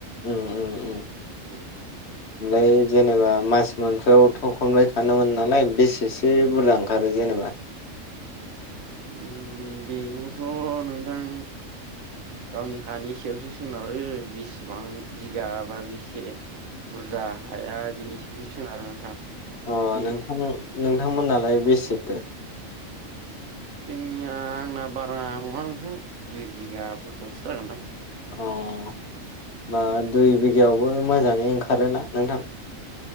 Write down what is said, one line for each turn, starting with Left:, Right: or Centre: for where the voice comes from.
Left: उम उम उम
Right: <unintelligible>
Left: <inaudible> ओमफ्राय जेनेबा मास मोनफाआव'थ खनबाय खानो मोनो नालाय बेसेसो बुरजा ओंखारो जेनेबा
Right: उम बेबोथ' नोंथां गावनि हानि सायावसो सोनारो बेसेबां बिगा बा बेसे बुरजा हाया बिनि सायावसो सोनारो नोंथां
Left: अह
Right: फैनाया
Left: नोंथां नोंथांमोननालाय बेसेथो
Right: जोंनिया आंना बारा नङा नोंथां दुइ बिगाफोरल'सो जागोनदां
Left: अह होमबा दुइ बिगायावबो मोजाङै ओंखारोना नोंथां